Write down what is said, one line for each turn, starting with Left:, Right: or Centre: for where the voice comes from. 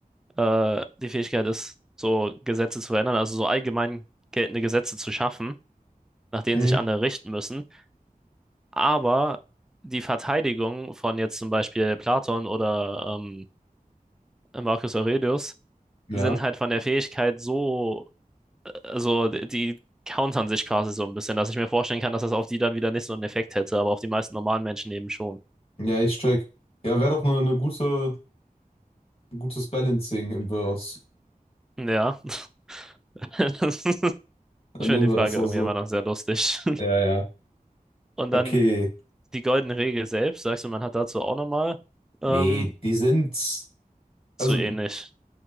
Centre: äh, die Fähigkeit ist, so Gesetze zu verändern, also so allgemein geltende Gesetze zu schaffen, nach denen
Left: mhm.
Centre: sich andere richten müssen. Aber die Verteidigung von jetzt zum Beispiel Platon oder ähm, Marcus Aurelius
Left: ja,
Centre: sind halt von der Fähigkeit so, äh, also die countern sich quasi so ein bisschen, dass ich mir vorstellen kann, dass das auf die dann wieder nicht so einen Effekt hätte, aber auf die meisten normalen Menschen eben schon.
Left: ja, ich check. Ja, wäre doch nur eine gute, ein gutes Balancing im Verse.
Centre: Ja, <laughs> das ist-
Left: Dann
Centre: ich finde
Left: nehmen
Centre: die
Left: wir
Centre: Frage
Left: das auch
Centre: irgendwie
Left: so.
Centre: immer noch sehr lustig.
Left: Ja, ja.
Centre: Und dann
Left: Okay.
Centre: die goldene Regel selbst, sagst du, man hat dazu auch nochmal ähm,
Left: Nee, die sind, also
Centre: zu ähnlich.